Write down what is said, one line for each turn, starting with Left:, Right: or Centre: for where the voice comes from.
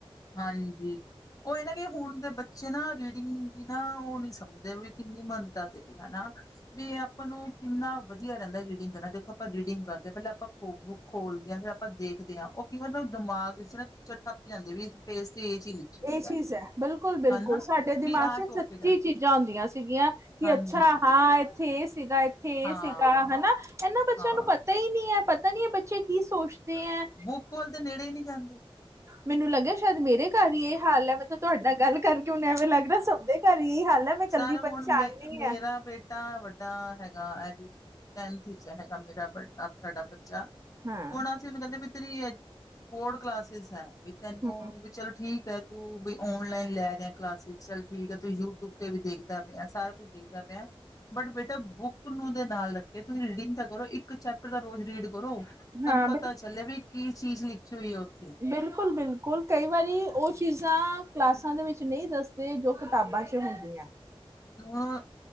Left: ਹਾਂਜੀ। ਉਹ ਇਹ ਨਾ ਕਿ ਹੁਣ ਦੇ ਬੱਚੇ ਨਾ ਰੀਡਿੰਗ ਦੀ ਨਾ ਉਹ ਨੀ ਸਮਝਦੇ ਵੀ ਕਿੰਨੀ ਮਾਨਤਾ ਹਨਾ ਵੀ। ਆਪਾਂ ਨੂੰ ਕਿੰਨਾ ਵਧੀਆ ਰਹਿੰਦਾ ਰੀਡਿੰਗ ਕਰਨਾ ਦੇਖੋ ਆਪਾਂ ਰੀਡਿੰਗ ਕਰਦੇ ਹਾਂ ਪਹਿਲਾਂ ਆਪਾਂ ਖੋ ਬੁੱਕ ਖੋਲਦੇ ਹ ਫਿਰ ਆਪਾਂ ਦੇਖ ਕਦੇ ਆ ਉਹ ਕੀ ਮਤਲਬ ਦਿਮਾਗ ਨਾ ਪਿਕਚਰ ਥੱਪ ਜਾਂਦੇ ਵੀ। ਪੇਜ ਤੇ ਇਹ ਚੀਜ਼ ਲਿਖੀ ਹੋਈ
Right: ਇਹ ਚੀਜ਼ ਹੈ ਬਿਲਕੁਲ ਬਿਲਕੁਲ
Left: ਹਨਾ
Right: ਸਾਡੇ ਦਿਮਾਗ
Left: ਵੀ ਆਹ
Right: ਚ
Left: ਟੋਪਿਕ
Right: ਸੱਚੀ
Left: ਆ
Right: ਚੀਜ਼ਾਂ ਹੁੰਦੀਆਂ ਸੀਗੀਆਂ ਕਿ
Left: ਹਾਂਜੀ
Right: ਅੱਛਾ ਹਾਂ ਇੱਥੇ ਇਹ ਸੀਗਾ ਇੱਥੇ
Left: ਹਾਂ
Right: ਇਹ ਸੀਗਾ ਹਨਾ ਇਹਨਾਂ ਬੱਚਿਆਂ
Left: ਹਾਂ
Right: ਨੂੰ ਪਤਾ ਹੀ ਨਹੀਂ ਹੈ। ਪਤਾ ਨੀ ਹੈ ਬੱਚੇ ਕੀ ਸੋਚਦੇ। ਹੈ।
Left: ਬੁੱਕ ਵੱਲ ਦੇ ਨੇੜੇ ਹੀ ਨਹੀਂ ਜਾਂਦੇ।
Right: ਮੈਨੂੰ ਲੱਗਿਆ ਸ਼ਾਇਦ ਮੇਰੇ ਘਰ ਹੀ ਇਹ ਹਾਲ ਹੈ ਮੈਂ ਤੁਹਾਡੇ ਨਾਲ ਗੱਲ ਕਰਕੇ ਹੁਨ ਐਵੇਂ ਲੱਗਦਾ ਸਭਦੇ ਘਰ ਹੀ ਇਹੀ ਹਾਲ ਹੈ ਮੈਂ ਕੱਲੀ
Left: ਸਰ ਹੁਣ
Right: ਪਰੇਸ਼ਾਨ
Left: ਮੇ
Right: ਨਹੀਂ
Left: ਮੇਰਾ
Right: ਆ
Left: ਬੇਟਾ ਵੱਡਾ ਹੈਗਾ ਐਜੂ ਟੈਨਥ ਚ ਹੈਗਾ ਮੇਰਾ ਸਾਡਾ ਬੱਚਾ
Right: ਹਾਂ,
Left: ਹੁਣ ਅਸੀਂ ਉਹਨੂੰ ਕਹਿੰਦੇ ਵੀ। ਰੀ ਬੋਰਡ ਕਲਾਸਿਸ ਹੈ ਵੀ ਤੈਨੂੰ
Right: ਹੂੰ
Left: ਵੀ ਚਲ ਠੀਕ ਹੈ। ਤੂੰ ਬਈ ਔਨਲਾਈਨ ਲੈ ਰਿ ਕਲਾਸਿਸ ਚੱਲ ਠੀਕ ਆ ਤੂੰ ਯੂਟਿਊਬ ਉੱਤੇ ਵੀ ਦੇਖਦਾ ਪਿਆ ਸਾਰਾ ਕੁੱਝ ਦੇਖਦਾ ਪਿਆ। ਬਟ ਬੇਟਾ ਬੁੱਕ ਨੂੰ ਦੇ ਨਾਲ ਰੱਖੇ ਤੁਸੀਂ ਰੀਡਿੰਗ ਤਾਂ ਕਰੋ ਇੱਕ ਇੱਕ ਚੈਪਟਰ ਦਾ ਰੋਜ਼ ਰੀਡ ਕਰੋ ਤੁਹਾਨੂੰ
Right: ਹਾਂ
Left: ਪਤਾ ਚੱਲਿਆ ਵੀ ਕੀ ਚੀਜ਼ ਲਿਖੀ ਹੋਈ। ਉੱਥੇ
Right: ਬਿਲਕੁਲ ਬਿਲਕੁਲ। ਕੋਲ ਕਈ ਵਾਰੀ ਉਹ ਚੀਜ਼ਾਂ ਕਲਾਸਾਂ ਦੇ ਵਿੱਚ ਨਹੀਂ ਦੱਸਦੇ ਜੋ ਕਿਤਾਬਾਂ ਚ ਹੁੰਦੀਆਂ।
Left: ਹੁਣ